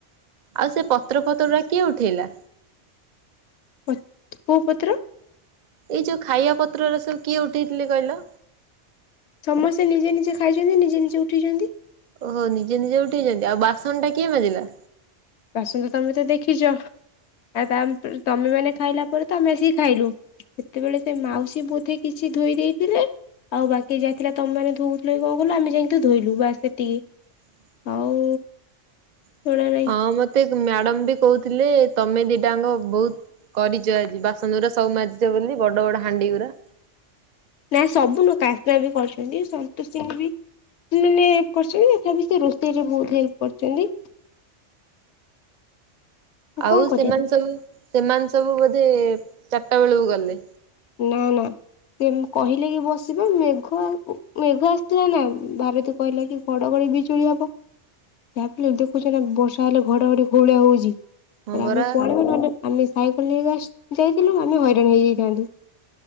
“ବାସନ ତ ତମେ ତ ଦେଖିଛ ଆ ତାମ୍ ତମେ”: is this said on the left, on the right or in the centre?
Left